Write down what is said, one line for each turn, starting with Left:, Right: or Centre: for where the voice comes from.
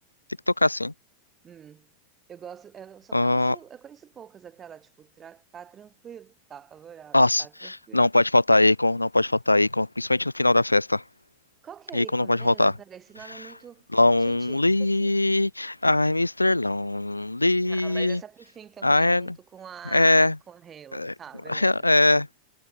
Left: Tem que tocar sim.
Right: Hum. Eu gosto, eu só
Left: Ah,
Right: conheço, eu conheço poucas, aquela, tipo, tra- tá tranquilo, tá favorável,
Left: nossa,
Right: tá tranquilo.
Left: não pode faltar Akon, não pode faltar Akon, principalmente no final da festa.
Right: Qual que é
Left: Akon
Right: a Ico
Left: não pode
Right: mesmo?
Left: faltar.
Right: Peraí, esse nome é muito.
Left: Lonely,
Right: Gente, esqueci.
Left: I'm Mister Lonely.
Right: Ah, mas essa é pro fim também,
Left: I...
Right: junto com a,
Left: É,
Right: com a Halo. Tá,
Left: <laughs>
Right: beleza.
Left: é,